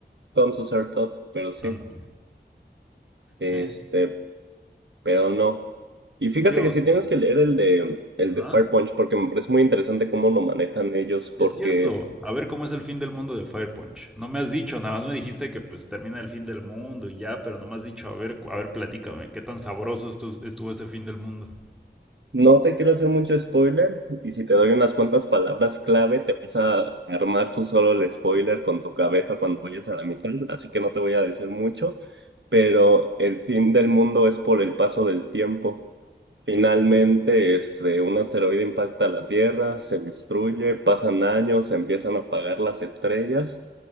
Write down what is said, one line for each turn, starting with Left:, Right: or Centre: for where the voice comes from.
Right: con su ser tot, pero sí.
Centre: Ándale.
Right: Este,
Centre: ¿Eh?
Right: pero no. Y fíjate
Centre: ¿Qué otro?
Right: que sí tienes que leer el de el
Centre: Ajá.
Right: de Fire Punch porque me parece muy interesante cómo lo manejan ellos,
Centre: Es
Right: porque
Centre: cierto. A ver cómo es el fin del mundo de Fire Punch. No me has dicho, nada más me dijiste que pues termina el fin del mundo y ya, pero no me has dicho, a ver, cu- a ver, platícame, qué tan sabroso estu- estuvo ese fin del mundo.
Right: No te quiero hacer mucho spoiler y si te doy unas cuantas palabras clave, te vas a armar tú solo el spoiler con tu cabeza cuando vayas a la mitad, así que no te voy a decir mucho, pero el fin del mundo es por el paso del tiempo. Finalmente, este, un asteroide impacta la Tierra, se destruye, pasan años, se empiezan a apagar las estrellas